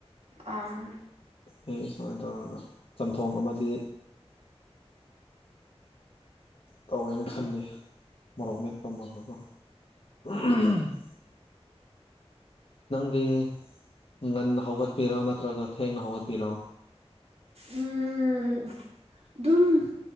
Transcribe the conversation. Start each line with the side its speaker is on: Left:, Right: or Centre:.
Right: ꯑꯥ
Left: ꯑꯩ ꯁꯨꯃꯥꯏꯅ ꯇꯧꯔꯒ ꯆꯝꯊꯣꯡ ꯑꯃꯗꯤ ꯇꯧꯋꯦꯅ ꯈꯜꯂꯤ ꯃꯣꯔꯣꯛ ꯃꯦꯠꯄꯝꯃꯒꯀꯣ <unintelligible> ꯅꯪꯗꯤ ꯉꯟꯅ ꯍꯧꯒꯠꯄꯤꯔꯣ ꯅꯠꯇ꯭ꯔꯒ ꯊꯦꯡꯅ ꯍꯧꯒꯠꯄꯤꯔꯣ
Right: ꯎꯝ ꯑꯗꯨꯝ